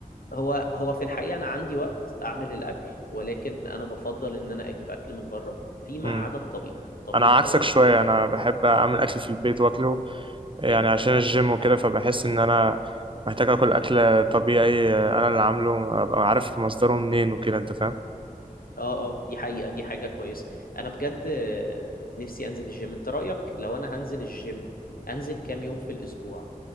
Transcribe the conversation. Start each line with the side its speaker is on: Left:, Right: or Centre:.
Left: هو هو في الحقيقة أنا عندي وقت أعمل الأكل ولكن أنا بفضل إن أنا أجيب أكل من بره فيما
Right: امم
Left: عدا الطبيخ الطبيخ
Right: انا عكسك
Left: دوت
Right: شويه
Left: في البيت
Right: انا بحب اعمل
Left: مم.
Right: اكل في البيت واكله يعني
Left: جامد
Right: عشان الجيم وكده فبحس ان انا محتاج اكل اكل طبيعي آه، انا اللي عامله
Left: مم.
Right: ابقى عارف مصدره منين وكده انت فاهم
Left: اه اه دي حقيقة دي حاجة كويسة أنا بجد آه، نفسي أنزل الجيم أنت رأيك لو أنا هنزل الجيم أنزل كام يوم في الأسبوع